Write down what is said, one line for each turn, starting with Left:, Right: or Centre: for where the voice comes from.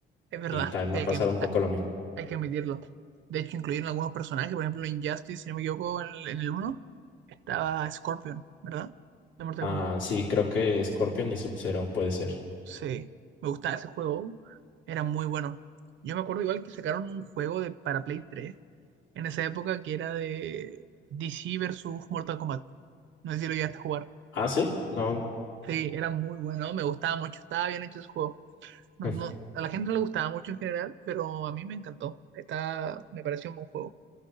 Right: es verdad,
Left: Y también me
Right: sí,
Left: ha
Right: hay
Left: pasado
Right: que,
Left: un poco lo mismo.
Right: hay que admitirlo. De hecho, incluyeron algunos personajes, por ejemplo, en Injustice, si no me equivoco, en el, en el 1 estaba Scorpion, ¿verdad? De Mortal
Left: Ah,
Right: Kombat.
Left: sí, creo que Scorpion y Sub-Zero puede ser.
Right: Sí, me gustaba ese juego, era muy bueno. Yo me acuerdo igual que sacaron un juego de, para Play 3 en esa época que era de DC versus Mortal Kombat. No sé si lo llegaste a jugar.
Left: Ah, sí, no.
Right: Sí, era muy bueno, me gustaba mucho, estaba bien hecho ese juego. No,
Left: <laughs>
Right: a la gente no le gustaba mucho en general, pero a mí me encantó. Está, me pareció un buen juego.